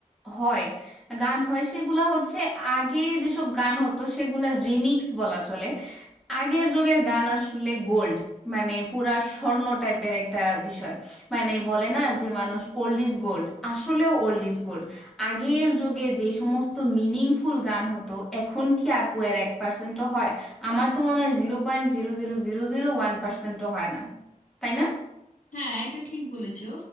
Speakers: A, in the centre; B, on the left.
A: হয় গান হয় সেগুলা হচ্ছে আগে যেসব গান হতো সেগুলা রিমিক্স বলা চলে আগের যুগের গান আসলে গোল্ড মানে পুরা স্বর্ণ টাইপের একটা বিষয় মানে বলে না যে মানুষ ওল্ড ইজ গোল্ড আসলেও ওল্ড ইজ গোল্ড আগের যুগে যেই সমস্ত মিনিংফুল গান হতো এখন কি আপু এর এক পার্সেন্টও হয় আমার তো মনে হয় zero point zero zero zero zero one পার্সেন্টও হয় না তাই না
B: হ্যাঁ এটা ঠিক বলেছো